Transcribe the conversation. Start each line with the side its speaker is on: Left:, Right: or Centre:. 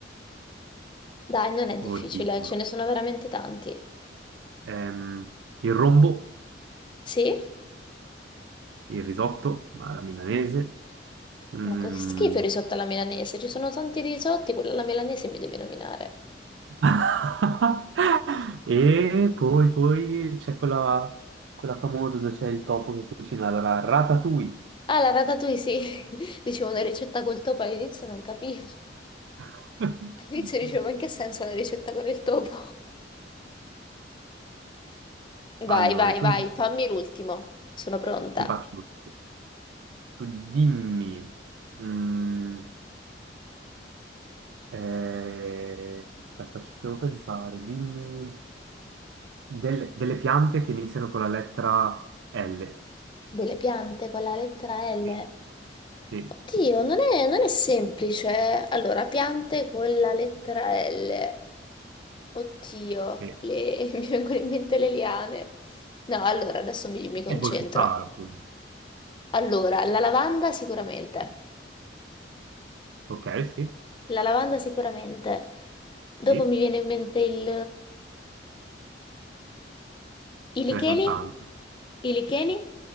Left: Dai, non è difficile,
Right: Oddio.
Left: ce ne sono veramente tanti.
Right: Ehm, il rombo,
Left: Sì?
Right: il risotto, ma la milanese. Mm.
Left: Ma che schifo il risotto alla milanese, ci sono tanti risotti, quello alla milanese mi devi nominare.
Right: <laughs> E poi, poi c'è quella, quella famosa dove c'è il topo che cucina la ratatouille.
Left: Ah, la ratatouille sì, <laughs> dicevo una ricetta col topo all'inizio non capivo.
Right: <laughs>
Left: All'inizio dicevo, ma in che senso la ricetta con il topo?
Right: Allora,
Left: Vai, vai,
Right: tu
Left: vai,
Right: invece
Left: fammi l'ultimo, sono pronta.
Right: ti faccio tutto. Tu dimmi. mm, eh, aspetta, ci devo pensare. Dimmi delle, delle piante che iniziano con la lettera L.
Left: Delle piante con la lettera L.
Right: Sì, sì.
Left: Oddio, non è, non è semplice. Allora, piante con la lettera L. Oddio,
Right: Sì.
Left: le- <laughs> mi vengono in mente le liane. No, allora adesso mi mi concentro.
Right: E poi ci sta la Puglia.
Left: Allora, la lavanda sicuramente,
Right: Ok, sì,
Left: la lavanda sicuramente. Dopo
Right: sì,
Left: mi viene in mente il... i
Right: ce
Left: licheni?
Right: ne sono tante.
Left: I licheni?